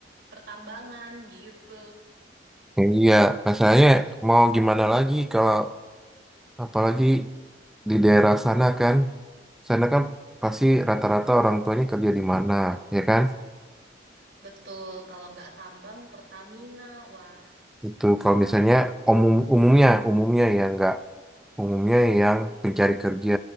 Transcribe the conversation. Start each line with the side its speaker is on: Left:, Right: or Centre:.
Right: pertambangan gitu.
Centre: Iya, masalahnya mau gimana lagi kalau apalagi di daerah sana kan, sana kan pasti rata-rata orang tuanya kerja di mana, ya kan?
Right: Betul, kalau nggak tambang Pertamina, wah
Centre: Itu kalau misalnya umum umumnya umumnya ya nggak umumnya yang pencari kerja